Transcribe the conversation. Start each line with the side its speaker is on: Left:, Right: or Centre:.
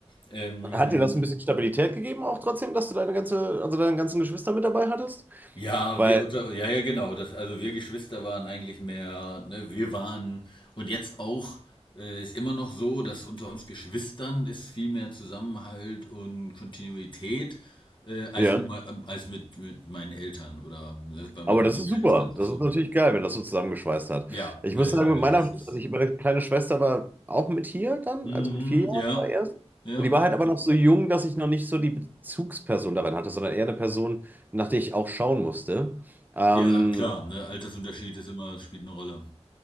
Left: Ähm,
Right: Hat dir das ein Mhm. bisschen Stabilität gegeben, auch trotzdem, dass du deine ganze, also deine ganzen Geschwister mit dabei hattest?
Left: Ja,
Right: Weil,
Left: wir unter, ja, ja, genau. Das, also wir Geschwister waren eigentlich mehr, ne, wir waren und jetzt auch äh, ist immer noch so, dass unter uns Geschwistern ist viel mehr Zusammenhalt und Kontinuität äh, als
Right: ja.
Left: mit, mei- als mit, mit meinen Eltern oder das ist bei meinen
Right: Aber
Left: anderen
Right: das ist
Left: Geschwistern
Right: super.
Left: auch
Right: Das
Left: so.
Right: ist natürlich geil, wenn das so zusammengeschweißt hat.
Left: Ja,
Right: Ich
Left: ja,
Right: muss
Left: ja,
Right: sagen, mit
Left: ja,
Right: meiner,
Left: das
Right: also
Left: ist.
Right: ich, meine kleine Schwester war auch mit hier dann,
Left: Mhm,
Right: also mit vier Jahren
Left: ja,
Right: war erst.
Left: ja,
Right: Und die war halt aber noch so jung, dass ich noch nicht so die Bezugsperson darin hatte, sondern eher eine Person, nach der ich auch schauen musste. Ähm,
Left: ja, klar. Ne, Altersunterschied ist immer, spielt eine Rolle.